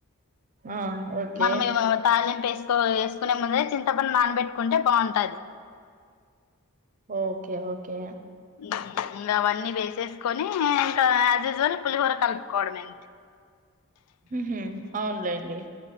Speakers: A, on the right (about 35°); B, on the left (about 85°).
A: ఆ ఓకే
B: మనమెమో తాలిం వేసుకో, వేసుకునే ముందే, చింతపండు నానబెట్టుకుంటే బాంటాది.
A: Okay okay.
B: ఈ ఇంకా అవన్నీ వేసేసుకొని ఇంకా యాజ్ యూజువల్ పులిహోర కలుపుకోవడమే అంతె.
A: మ్ హు అవునులేండి.